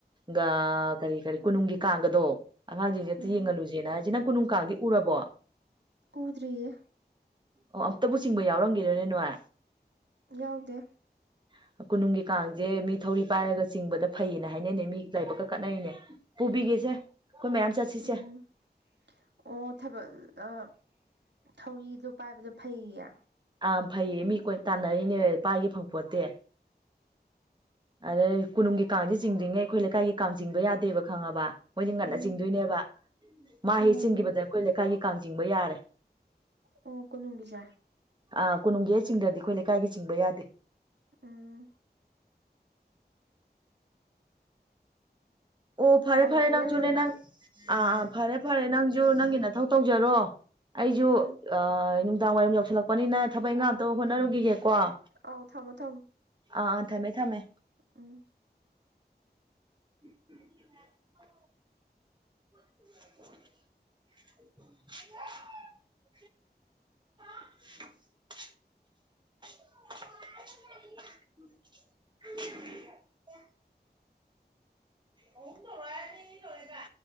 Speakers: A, on the right (about 25°); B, on the right (about 85°).
A: ꯒ ꯀꯔꯤ ꯀꯔꯤ ꯀꯣꯅꯨꯡꯒꯤ ꯀꯥꯡꯒꯗꯣ ꯑꯉꯥꯡꯁꯤꯡꯁꯦ ꯑꯝꯇꯥ
B: ꯎꯝ
A: ꯌꯦꯡꯍꯜꯂꯨꯁꯦꯅ ꯍꯥꯏꯁꯤ ꯅꯪ ꯀꯣꯅꯨꯡ ꯀꯥꯡꯗꯤ ꯎꯔꯕꯣ
B: ꯄꯨꯗ꯭ꯔꯤꯌꯦ
A: ꯑꯣ ꯑꯝꯇꯕꯨ ꯆꯤꯡꯕ ꯌꯥꯎꯔꯝꯒꯤꯔꯣꯏꯅꯦ ꯅꯣꯏ
B: ꯌꯥꯎꯗꯦ
A: <unintelligible> ꯀꯣꯅꯨꯡꯒꯤ ꯀꯥꯡꯁꯦ ꯃꯤ ꯊꯧꯔꯤ ꯄꯥꯏꯔꯒ ꯆꯤꯡꯕꯗ ꯐꯩꯌꯦꯅ ꯍꯥꯏꯅꯩꯅꯦ ꯃꯤ ꯂꯥꯏꯕꯛꯀ ꯀꯠꯅꯩꯅꯦ ꯄꯨꯕꯤꯒꯦꯁꯦ ꯑꯩꯈꯣꯏ ꯃꯌꯥꯝ ꯆꯠꯁꯤꯁꯦ
B: ꯎꯝ ꯑꯣ ꯊꯕꯛ ꯑꯥ ꯊꯧꯔꯤꯗꯣ ꯄꯥꯏꯕꯗꯣ ꯐꯩꯌꯦꯌꯦ
A: ꯑꯥ ꯐꯩꯌꯦ ꯃꯤ ꯀꯣꯏ ꯇꯥꯟꯅꯔꯤꯅꯦ ꯄꯥꯏꯒꯦ ꯐꯪꯄꯣꯠꯇꯦ ꯑꯗꯩ ꯀꯣꯅꯨꯡꯒꯤ ꯀꯥꯡꯁꯦ ꯆꯤꯡꯗ꯭ꯔꯤꯉꯩ ꯑꯩꯈꯣꯏ ꯂꯩꯀꯥꯏꯒꯤ ꯀꯥꯡ ꯆꯤꯡꯕ ꯌꯥꯗꯦꯕ ꯈꯪꯉꯥꯕ ꯃꯣꯏꯗꯤ ꯉꯟꯅ
B: ꯎꯝ
A: ꯆꯤꯡꯗꯣꯏꯅꯦꯕ ꯃꯥ
B: ꯑꯣ
A: ꯍꯦꯛ ꯆꯤꯡꯈꯤꯕꯗꯅ ꯑꯩꯈꯣꯏ ꯂꯩꯀꯥꯏꯒꯤ ꯀꯥꯡ ꯆꯤꯡꯕ ꯌꯥꯔꯦ
B: ꯑꯣ ꯀꯣꯅꯨꯡꯒꯤꯁꯦ
A: ꯑꯥ ꯀꯣꯅꯨꯡꯒꯤ ꯆꯤꯡꯗ꯭ꯔꯗꯤ ꯑꯩꯈꯣꯏ ꯂꯩꯀꯥꯏꯒꯤ ꯆꯤꯡꯕ ꯌꯥꯗꯦ
B: ꯎꯝ
A: ꯑꯣ ꯐꯥꯔꯦ ꯐꯥꯔꯦ
B: ꯋꯥꯌꯦꯜ
A: ꯅꯪꯖꯨꯅꯦ
B: ꯑꯣꯏꯕ
A: ꯅꯪ ꯑꯥ ꯑꯥ ꯐꯔꯦ ꯐꯔꯦ ꯅꯪꯖꯨ ꯅꯪꯒꯤ ꯅꯊꯧ ꯇꯧꯖꯔꯣ ꯑꯩꯁꯨ
B: ꯎꯝ
A: ꯑ <unintelligible> ꯅꯪꯡꯗꯥꯡ ꯋꯥꯏꯔꯝ ꯌꯎꯁꯤꯜꯂꯄꯅꯤꯅ ꯊꯕꯛ ꯏꯈꯥꯡ ꯑꯝꯇꯥ ꯍꯣꯠꯅꯔꯨꯒꯤꯒꯦ ꯀꯣ ꯑꯥ
B: ꯑꯧ ꯊꯝꯃꯣ ꯊꯝꯃꯣ
A: ꯑꯥ ꯊꯝꯃꯦ ꯊꯝꯃꯦ
B: ꯎꯝ
A: <unintelligible> <unintelligible> <unintelligible> <unintelligible> ꯑꯍꯨꯝ ꯇꯧꯔꯣ ꯍꯥꯏꯔꯒ ꯑꯅꯤ ꯅꯤ ꯇꯧꯔꯛꯏꯕ